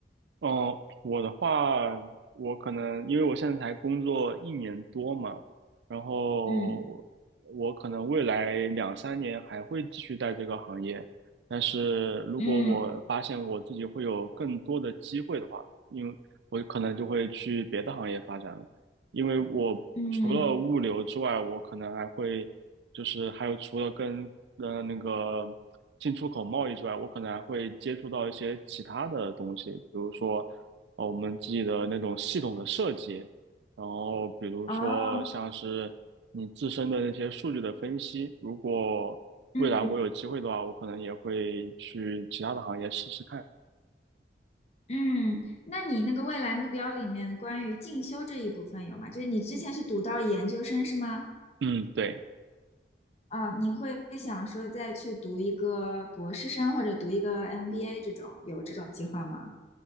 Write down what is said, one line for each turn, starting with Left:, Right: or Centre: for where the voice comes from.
Right: 嗯，我的话，我可能因为我现在才工作一年多嘛，然后我可能未来两三年还会继续在这个行业，
Left: 嗯
Right: 但是如果我发现我自己会有更多的机会的话，
Left: 嗯
Right: 因为我可能就会去别的行业发展了。因为我除了物流之外，
Left: 嗯，
Right: 我可能还会就是还有除了跟呃那个进出口贸易之外，我可能还会接触到一些其他的东西，比如说呃我们自己的那种系统的设计，然后比如说像是你自身的那些数据的分析，
Left: 哦，
Right: 如果未来我有机会的话，
Left: 嗯
Right: 我可能也会去其他的行业试试看。
Left: 嗯，那你那个未来目标里面关于进修这一部分有吗？就是你之前是读到研究生是吗？
Right: 嗯，对。
Left: 啊，你会想说再去读一个博士生或者读一个 MBA 这种，有这种计划吗？